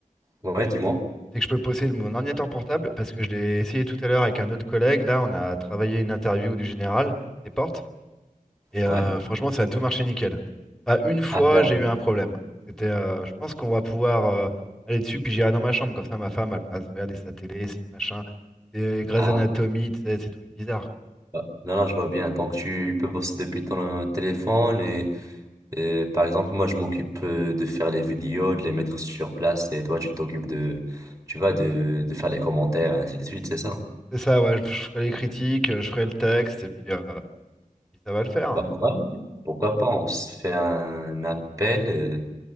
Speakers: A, on the right (about 25°); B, in the centre.
A: Ouais, dis-moi.
B: C'est que je peux posséder mon ordinateur portable, parce que je l'ai essayé tout à l'heure avec un autre collègue. Là, on a travaillé une interview du général des portes. Et euh,
A: Ouais.
B: franchement, ça a tout marché nickel. Pas une fois,
A: Ah, d'a-
B: j'ai eu un problème. Donc, c'était, euh, je pense qu'on va pouvoir euh, aller dessus, puis j'irai dans ma chambre. Comme ça, ma femme, elle pourra se regarder sa télé, ses machins, ses Grey's
A: ah.
B: Anatomy, tu sais, ces trucs bizarres.
A: ouais. Non, non, je vois bien. Donc, tu peux bosser depuis ton euh, téléphone et, et, par exemple, moi, je m'occupe euh, de faire les vidéos, de les mettre sur place et toi, tu t'occupes de, tu vois, de, de faire les commentaires et ainsi de suite, c'est ça?
B: C'est ça, ouais, je, je ferai les critiques, euh, je ferai le texte, et puis, euh, puis ça va le faire.
A: Bah, ouais. Pourquoi pas? On se fait un appel euh,